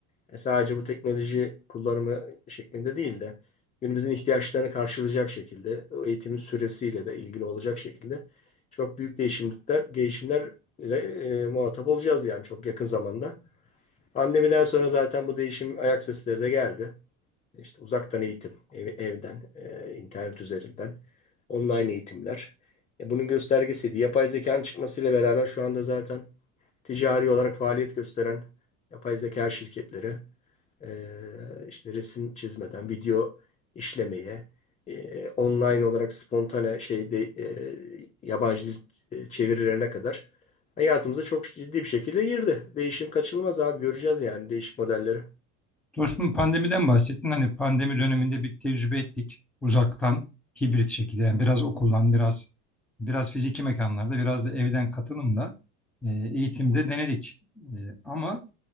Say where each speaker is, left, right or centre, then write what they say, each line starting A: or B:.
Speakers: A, on the left; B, in the centre.
A: E, sadece bu teknoloji kullanımı şeklinde değil de günümüzün ihtiyaçlarını karşılayacak şekilde, o eğitimin süresiyle de ilgili olacak şekilde çok büyük değişimler, değişimlerle e, muhatap olacağız yani çok yakın zamanda. Pandemiden sonra zaten bu değişim ayak sesleri de geldi işte uzaktan eğitim, ev- evden, e, internet üzerinden, online eğitimler. E, bunun göstergesiydi. Yapay zekanın çıkmasıyla beraber şu anda zaten ticari olarak faaliyet gösteren yapay zeka şirketleri e, işte resim çizmeden video işlemeye, e, online olarak spontane şeyde e, yabancı dil e, çevirilerine kadar hayatımıza çok ciddi bir şekilde girdi. Değişim kaçınılmaz abi göreceğiz yani değişik modelleri.
B: Dostum pandemiden bahsettin. Hani pandemi döneminde bir tecrübe ettik uzaktan hibrit şekilde. Yani biraz okuldan, biraz biraz fiziki mekanlarda, biraz da evden katılımla e, eğitimde denedik. E, ama